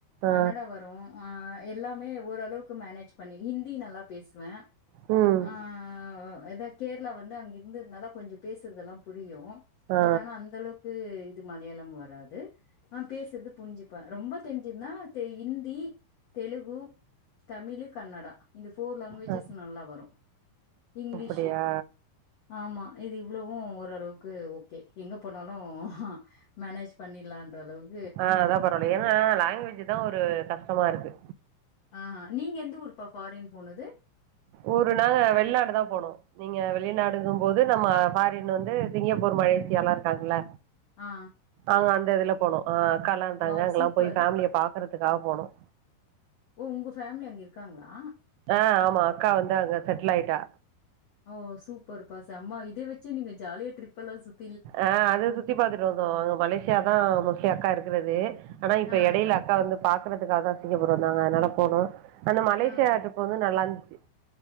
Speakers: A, on the right (about 85°); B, on the left (about 65°).
A: ஆ.
B: கன்னடா வரு ஆ எல்லாமே ஓரளவுக்கு மேனேஜ் பண்ணி இந்தி நல்லா பேசுவே
A: ம்
B: ஆ எதா கேரளா வந்து அங்க இருந்ததுனால கொஞ்சொ பேசுறதெல்லா புரியு
A: ஆ.
B: பட் ஆனா அந்த அளவுக்கு த்து மலையாளம் வராது ஆ பேசுறது புரிஞ்சுப்ப ரொம்ப தெரிஞ்சுதுன்னா தெ ஹிந்தி தெலுங்கு, தமிழு, கன்னடா இந்த ஃபோர் லாங்குவேஜஸ்
A: அ.
B: நல்லா வரும் இங்கிலீஷு
A: அப்படியா?
B: ஆமா இது இவ்வளவும் ஓரளவுக்கு ஓகே எங்க போனாலும் அ மேனேஜ் பண்ணிலாம்ற அளவுக்கு
A: ஆ அதான் பரவால்லை ஏன்னா லாங்குவேஜ் தான் ஒரு கஷ்டமா இருக்கு
B: ஆ நீங்க எந்த ஊர்ப்பா ஃபாரின் போனது
A: ஊரு நா வெளிநாடு தான் போனோம் நீங்க வெளிநாடுங்க போது நம்ம ஃபாரின் வந்து சிங்கப்பூர் மலேசியாலாம் இருக்காங்கள
B: ஆ
A: ஆங் அந்த இதுல போனும் அ அக்கா எல்லாம் இருந்தாங்க
B: வாவ்
A: அங்கெல்லாம்
B: சூப்பரு
A: போய் ஃபேமிலிய பாக்கறதுக்காக போனோம்
B: ஓ உங்க ஃபேமிலி அங்க இருக்காங்களா
A: அ ஆமா அக்கா வந்து அங்க செட்டுல் ஆயிட்டா
B: ஓ சூப்பர் பா செம இதை வச்சு நீங்க ஜாலியா ட்ரிப் எல்லாம் சுத்
A: அ அ அது சுத்தி பாத்துட்டு வந்தோம் அங்க மலேசியா தான் மோஸ்ட்லி அக்கா இருக்கிறது ஆனா இப்ப
B: ஆ,
A: எடையில அக்கா வந்து பாக்குறதுக்காக சிங்கப்பூர் வந்தாங்க அதனால போனோம் அந்த மலேசியா
B: ஆ.
A: டீரிப் வந்து நல்லா இருந்துச்சு